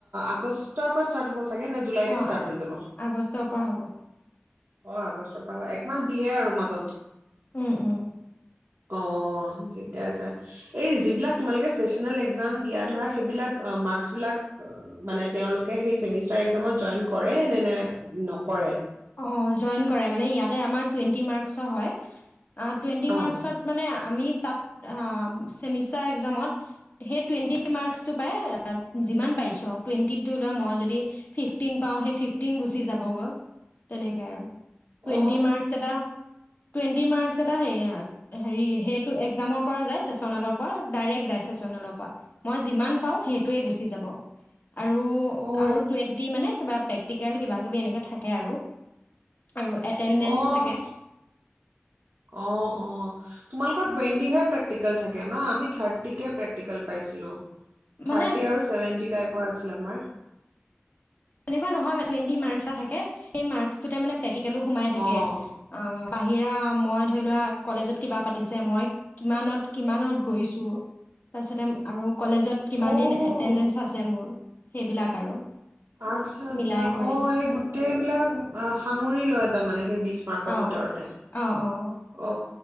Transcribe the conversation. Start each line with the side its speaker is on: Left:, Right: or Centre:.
Right: আগষ্টৰ পৰা ষ্টাৰ্ট হ'ব চাগে নে জুলাইতে
Left: অ
Right: ষ্টাৰ্ট
Left: আগ
Right: হৈ যাব
Left: আগষ্টৰ পৰা হ'ব
Right: অ আগষ্টৰ পৰা একমাহ দিয়ে আৰু মাজত
Left: উম উম
Right: অ ঠিকে আছে এই যিবিলাক তোমালোকে চেচনেল একজাম দিয়া ধৰা সেইবিলাক মাৰ্কচবিলাক মানে তেওঁলোকে সেই চেমিষ্টাৰ একজামত জইন কৰে নে নে নকৰে
Left: অ', জইন কৰে মানে, ইয়াতে আমাৰ টুৱেণ্টি মাৰ্কচৰ হয়। অ টুৱেন্টি
Right: অ
Left: মাৰ্কচত মানে আমি তাত ছেমিষ্টাৰ একজামত সেই টুৱেণ্টি মাৰ্কচটো পাই যিমান পাইছোঁ আৰু টুৱেণ্টিত ধৰি লোৱা মই যদি ফিফটিন পাওঁ সেই ফিফটিন গুচি যাবগৈ তেনেকে আৰু। টুৱেণ্টি
Right: অ
Left: মাৰ্কচ এটা টুৱেণ্টি মাৰ্ক্স এটা হেইয়া, হেৰি হেইটো এক্জামৰ পৰা যায় চেচনেলৰ পৰা, ডাইৰেক্ট যায় চেচনেলৰ পৰা, মই যিমান পাঁও সেইটোৱেই গুছি যাব। আৰু
Right: অ
Left: আৰু টুৱেণ্টি মানে কিবা পেক টিকেল কিবা কিবি এনেকে থাকে আৰু। আৰু এটেণ্ডেঞ্চ
Right: অহ,
Left: থাকে
Right: অ অ তোমালোকৰ
Left: উম,
Right: টুৱেণ্টিহে প্ৰেক্টি <unintelligible> থাকে ন', আমি থাৰ্টিকে প্ৰেক্টিকেল পাইছিলো।
Left: মানে
Right: থাৰ্টি আৰু চেভেণ্টি টাইপ <unintelligible> আছিল আমাৰ।
Left: তেনেকুৱা নহয় মা, টুৱেন্টি মাৰ্কছ এটা থাকে সেই মাৰ্কছটোতে মানে পেকটিকেলো সোমাই থাকে,
Right: অ',
Left: অ', বাহিৰা মই ধৰি লোৱা কলেজত কিবা পাতিছে, মই কিমানত কিমানত গৈছোঁ, তাৰপিছতে আৰু কলেজত কিমান
Right: অ',
Left: দিন এটেণ্ডেঞ্চ আছে মোৰ সেইবিলাক আৰু
Right: আচ্ছা আচ্ছা
Left: মিলাই কৰি
Right: অ' এই গোটেই বিলাক সাঙুৰি লয় তামানে সেই বিজ <unintelligible>
Left: অ উম।
Right: ভিতৰতে
Left: অ অ'।
Right: অ'।